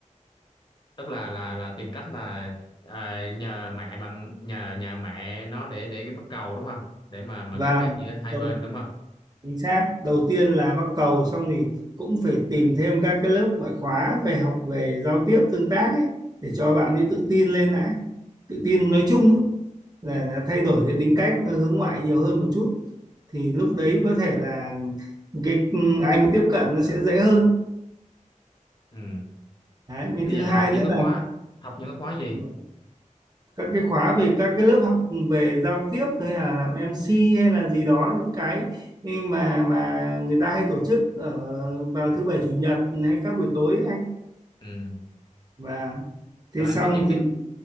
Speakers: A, on the left; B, on the right.
A: Tức là là là tìm cách là à, nhờ mẹ bằng nhờ nhờ mẹ nó để để cái bắt cầu đúng không? Để mà mà
B: vâng
A: gắn kết giữa hai
B: vâng.
A: bên đúng không?
B: chính xác đầu tiên là bắt cầu xong thì cũng phải tìm thêm các cái lớp ngoại khóa về học về giao tiếp tương tác ấy để cho bạn ấy tự tin lên đã tự tin nói chung ấy, là là thay đổi cái tính cách nó hướng ngoại nhiều hơn một chút thì lúc đấy có thể là cái anh tiếp cận nó sẽ dễ hơn
A: Ừ.
B: đấy với
A: Bây
B: thứ
A: giờ
B: hai
A: là học những
B: nữa
A: cái khóa, học những cái khóa gì?
B: là các cái khóa về các cái lớp học về giao tiếp hay là làm em MC hay là gì đó những cái mà mà người ta hay tổ chức ở vào thứ bảy chủ nhật hay các buổi tối ấy anh
A: Ừ.
B: và
A: Rồi
B: thế xong
A: em nói tiếp đi.
B: thì